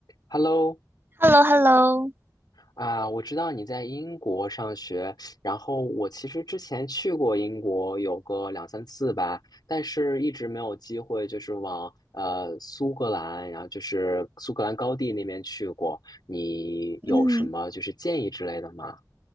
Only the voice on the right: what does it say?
h e l l o h e l l o
嗯，